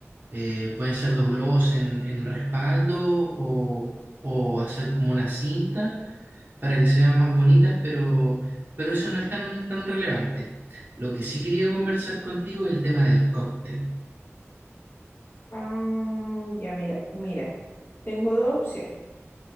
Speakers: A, on the right (about 35°); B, on the left (about 50°).
A: eh, pueden ser dos globos en, en el respaldo o, o hacer como una cinta. para que se vean más bonitas, pero, pero eso no es tan, tan relevante. Lo que sí quería conversar contigo es el tema del cóctel.
B: Ah, ya mira, mira, tengo dos opciones.